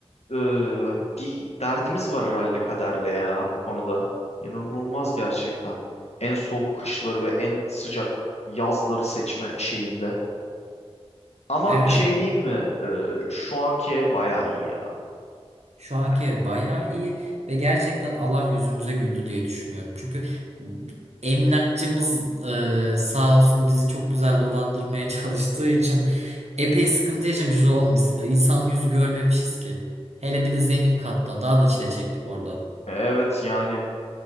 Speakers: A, on the left; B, on the right.
A: Ee, bir derdimiz var herhalde kaderle ya o konuda. İnanılmaz gerçekten. En soğuk kışları ve en sıcak yazları seçme şeyinde. Ama
B: Evet.
A: bir şey diyeyim mi? Ee, şu anki ev bayağı iyi ya.
B: Şu anki
A: Hani,
B: ev bayağı iyi ve gerçekten Allah yüzümüze güldü diye düşünüyorum. Çünkü emlakçımız e, sağ olsun bizi çok güzel dolandırmaya <laughs> çalıştığı için epey sıkıntı yaşamışız oğlum. Biz insan yüzü görmemişiz ki. Hele bir de zemin katta daha da çile çektik orada.
A: evet yani